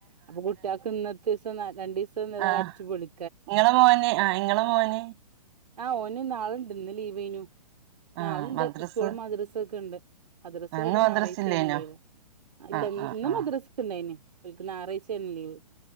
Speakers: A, on the right; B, on the right.
A: അപ്പൊ കുട്ട്യേക്ക് ഇന്നത്തീസം രണ്ടീസം ഏതല്അടിച്ചുപൊളി
B: ആ ഇങ്ങളെ മോന് ആഹ് ഇങ്ങളെ മോന്.
A: ആഹ് ഓന് നാളെണ്ട് ഇന്ന് ലീവേനു.
B: ആ
A: നാളെണ്ട്
B: മദ്രസ്
A: സ്കൂളു മദ്രസക്കെ ഇണ്ട്. മദ്രസവിടെ
B: ഇന്ന് മദ്രസ്
A: നാറായ്ച്ചേണ്
B: ഇല്ലേനോ
A: ലീവ് ഇല്ല
B: ആ ആ
A: ഇന്ന്
B: ആ
A: മദ്രസ്ക്ക് ഇണ്ടായിനി. ഓൽക്ക് ന്നാറാഴ്ച്ചേണ് ലീവ്.